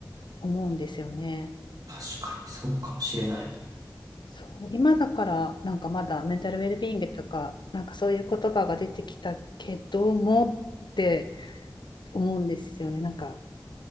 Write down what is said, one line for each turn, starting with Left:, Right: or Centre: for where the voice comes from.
Left: 思うんですよね。
Right: 確かにそうかもしれない。
Left: そう、今だからなんかまだメンタルウェルビーイングとか、なんかそういう言葉が出てきたけどもって思うんですよね。なんか